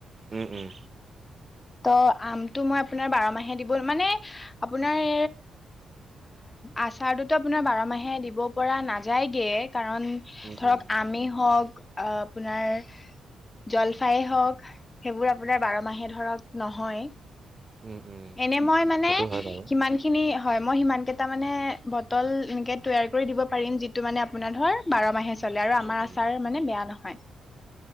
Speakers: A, on the right; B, on the left.
A: উম, উম।
B: ত' আমটো মই আপোনাৰ বাৰ মাহে দিব মানে আপোনাৰ আচাৰটোতো আপোনাৰ বাৰ মাহে দিব পৰা নাযায়গে কাৰণ
A: উম
B: ধৰক
A: উম
B: আমেই হওঁক অ' আপোনাৰ জলফাইয়ে হওঁক সেইবোৰ আপোনাৰ বাৰ মাহে ধৰক নহয়,
A: উম উম
B: এনে মই মানে
A: সেইটো হয় বাৰু
B: সিমান খিনি হয় মই সিমান কেইটা মানে বটল এনেকে তৈয়াৰ কৰি দিব পাৰিম যিটো মানে আপোনাৰ ধৰ বাৰ মাহে চলে আৰু
A: উম
B: আমাৰ
A: উম
B: আচাৰ মানে বেয়া নহয়।